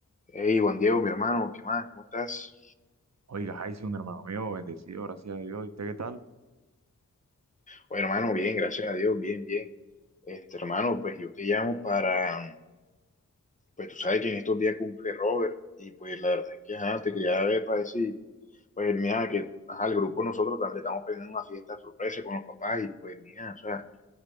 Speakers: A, on the left; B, on the right.
A: Hey, Juan Diego, mi hermano, ¿qué más? ¿Cómo estás?
B: Oiga, un hermano mío, bendecido, gracias a Dios. ¿Y usted qué tal?
A: Oye, hermano, bien, gracias a Dios, bien, bien. Este, hermano, pues yo te llamo para, pues tú sabes que en estos días cumple Robert y pues la verdad es que, ajá, te quería ver para decir, pues mira, que, ajá, el grupo nosotros también le estamos pidiendo una fiesta sorpresa con los papás y pues mira, o sea,